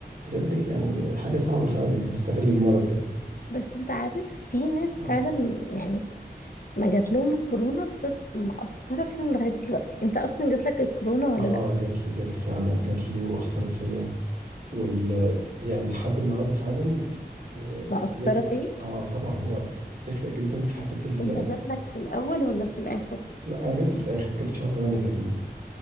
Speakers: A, on the right; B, on the left.
A: بجد يعني حاجه صعبه فعلا نستغل المرض ده
B: بس انت عارف في ناس
A: اه
B: فعلا يعني ما جات لهم الكورونا في مأثرة فيهم لغاية دلوقتي انت اصلا جات لك الكورونا ولا
A: اه
B: لا
A: جات لي جات لي فعلا جات لي واثرت فيا وال يعني لحد النهارده فعلا آه،
B: مأثرة
A: زي
B: فيك
A: اه طبعا هو بتفرق جدا في حته ال
B: انت جاتلك في الاول ولا في الاخر
A: لا انا جات لي في الاخر جات لي في شهر 8 تقريبا